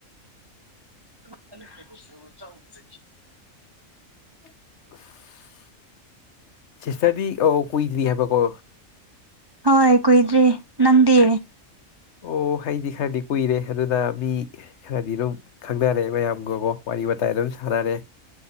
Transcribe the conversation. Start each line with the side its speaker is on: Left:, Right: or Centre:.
Right: <unintelligible>
Left: <unintelligible> ꯁꯤꯁꯇꯔꯗꯤ ꯑꯣ ꯀꯨꯏꯗ꯭ꯔꯤ ꯍꯥꯏꯕ ꯀꯣ
Right: ꯍꯣꯏ ꯀꯨꯏꯗ꯭ꯔꯤ ꯅꯪꯗꯤ
Left: ꯑꯣ ꯑꯩꯗꯤ ꯈꯔꯗꯤ ꯀꯨꯏꯔꯦ ꯑꯗꯨꯅ ꯃꯤ ꯈꯔꯗꯤ ꯑꯗꯨꯝ ꯈꯪꯅꯔꯦ ꯃꯌꯥꯝꯒꯀꯣ ꯋꯥ ꯔꯤ ꯋꯥꯇꯥꯏ ꯑꯗꯨꯝ ꯁꯥꯟꯅꯔꯦ